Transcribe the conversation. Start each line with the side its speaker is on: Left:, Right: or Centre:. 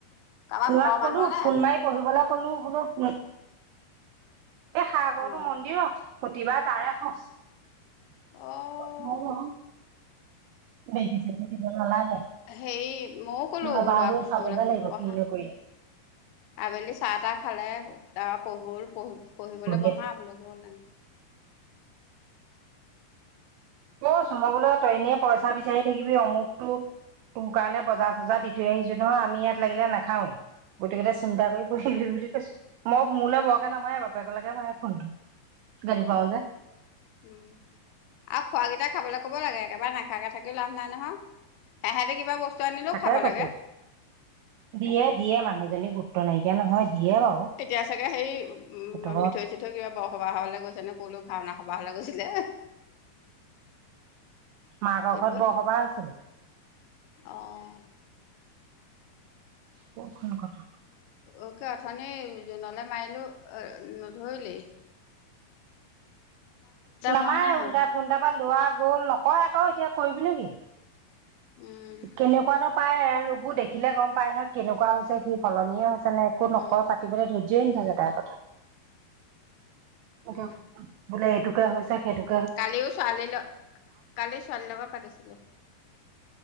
Left: কাৰোবাৰ
Right: লৰাক
Left: ঘৰৰ মানুহৰ
Right: কলো
Left: নে
Right: ফোন মাৰি পঢ়িবলৈ, কলো বোলো, এ', সাগৰতো
Left: অ'
Right: মন্দিৰ অ, ' প্ৰতিবাৰ তাৰে খৰচ <unintelligible>
Left: অ'
Right: বেজি চেজি দিব নালাগে
Left: হেই মইও কলো
Right: মই এবাৰ
Left: বোল
Right: গৈ চাবগে লাগিব
Left: পঢ়া
Right: কি কৰি আছে
Left: আবেলি চাহ তাহ খালে। তা পোহল পহ পঢ়িবলৈ
Right: কৈছো
Left: বঢহা বল হ'ল এনেকৈ-
Right: ক চো মই বোলো তইনীয়ে পইচা বিচাৰি থাকিবি অমুকতটো তোৰ কাৰণে বজাৰ চজাৰ দি থৈ আহিছো নহয় আমি ইয়াত লাগিলে নাখাওৱেই গতিকটা চিন্তা কৰি প়িবি বুলি কৈছো ।মই মোলৈ বৰকে নামায় বাপেকেলগে মায়ে ফোনটো গাড়ী খও
Left: অ'
Right: যে
Left: উম আৰু খোৱাকেইটা খাবলৈ ক'ব লাগে একেবাৰে নাখাকে থাকিলেও লাভ নাই নহয় সেহেতে কিবা বস্তু আনিলেও
Right: তাকে
Left: খাব
Right: কৈছো
Left: লাগে
Right: দিয়ে দিয়ে মানুহজনী গোট নাইকিয়া নহয় দিয়ে বাৰু
Left: এতিয়া চাগে হে উম
Right: সেইটো
Left: মিঠৈ চিঠৈ কিবা বৰসবাহ হবালৈ গৈছে। নে ক'লৈ ভাওনা কাবাঘৰলৈ গৈছিলে।
Right: মাহঁতৰ
Left: দিবই
Right: ঘৰত বৰসবাহ আছিলে।
Left: অ ।
Right: <inaudible> বহুখন কথা
Left: অকে অথনি জোনলৈ মাৰিলো নধৰিলে
Right: নামাৰে
Left: মৰা নাই
Right: উল্টা
Left: আৰু
Right: ফোনডাৰ পৰা লোৱা গ'ল নকয় আকৌ এতিয়া কৰিবি নেকি।
Left: উম,
Right: কেনেকুৱা ন । পাই ৰবো দেখিলে গম পায় নহয় কেনেকুৱা হৈছে সি সলনি হৈছে তনে একো নকই
Left: উম,
Right: পাতিলৈ ধয্য । জেইন থাকে তাইৰ কথা এইটো
Left: উম,
Right: বোলে টুকা হৈছো সেইটো ।
Left: কালিও ছোৱালী লগ কালি ছোৱালীৰ লগত পাতিছিলো